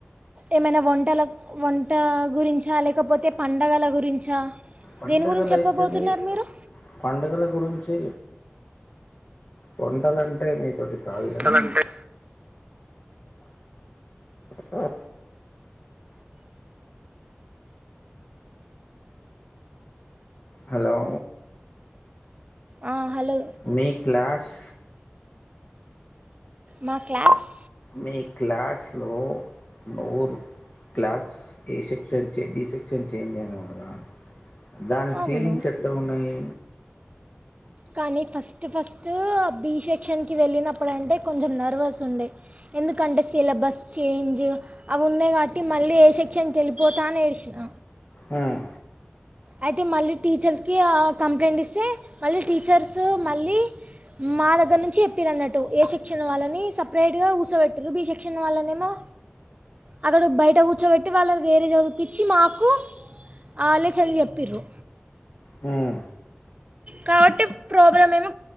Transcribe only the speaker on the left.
పండుగల
అయితేనే
పండుగల గురించి వంటలంటే మీతొటి కాదు
కానీ ఆ హలో
మీ క్లాస్
మీ క్లాస్లో నోరు క్లాస్ ఏ సెక్షన్ చే బి సెక్షన్ చేంజ అని కదా దాని
ఫీలింగ్స్ ఎట్లా ఉన్నాయి?
హ్మ్,
హ్మ్,